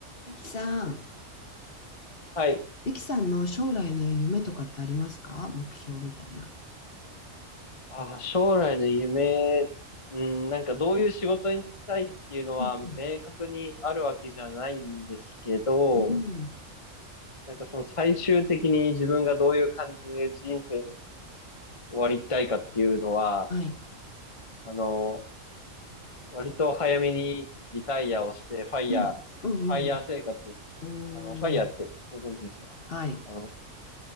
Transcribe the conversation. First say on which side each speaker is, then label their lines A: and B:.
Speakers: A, on the left (about 45°); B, on the left (about 30°).
A: リキさん、
B: はい。
A: リキさんの将来の夢とかってありますか目標みたいな。
B: あー、将来の夢、うん、なんかどういう仕事に就きたいっていうのは明確にあるわけじゃないんですけど、
A: うん、うん、うん、
B: なんかその最終的に自分がどういう感じで人生終わりたいかっていうのは、
A: はい。
B: あの、割と早めにリタイアをして、ファイヤー、
A: うん、
B: ファイヤー生活、
A: うん、うん。うんおー、
B: あの、ファイヤーってご存知ですかあの、
A: はい。